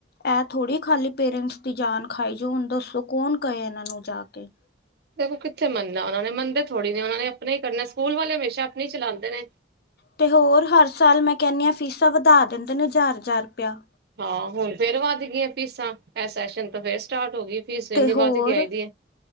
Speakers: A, on the left (about 55°); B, on the right (about 55°).
A: ਐ ਥੋੜ੍ਹੀ ਖਾਲੀ ਪੇਰੈਂਟਸ ਦੀ ਜਾਨ ਖਾਈ ਜੋ, ਹੁਣ ਦੱਸੋ ਕੌਣ ਕਏ ਏਨਾਂ ਨੂੰ ਜਾ ਕੇ।
B: ਫੇਰ ਓ ਕਿੱਥੇ ਮੰਨਾ, ਓਨਾ ਨੇ ਮੰਨਦੇ, ਥੋੜੀ ਨੇ, ਓਣਾ ਨੇ ਆਪਣਾ ਈ ਕਰਨਾ, ਸਕੂਲ ਵਾਲੇ ਹਮੇਸ਼ਾ ਆਪਣੀ ਚਲਾਦੇ ਨੇ।
A: ਤੇ ਹੋਰ ਹੱਰ ਸਾਲ ਮੈਂ ਕੈਣੀ ਆਂ, ਫੀਸਾਂ ਵਧਾ ਦਿੰਦੇ ਨੇ ਜ਼ਾਰ-ਜ਼ਾਰ ਰਪੇਆ।
B: ਹਾਂ, ਹੁਲ ਫੇਰ ਵੱਧ ਗਿਆ ਫੀਸਾਂ, ੲੈਸ ਸੈਸ਼ਨ ਤੋ ਫੇਰ ਸਟਾਟ ਹੋ ਗੀ। ਫੀਸ
A: ਤੇ
B: ਏੰਨੀ
A: ਹੋਰ
B: ਵੱਧ ਕੇ ਆਈ ਦੀ ਏ,